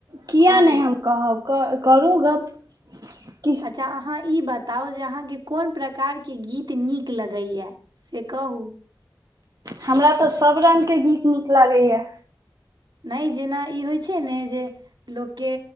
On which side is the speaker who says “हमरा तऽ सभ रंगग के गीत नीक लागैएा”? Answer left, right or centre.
Right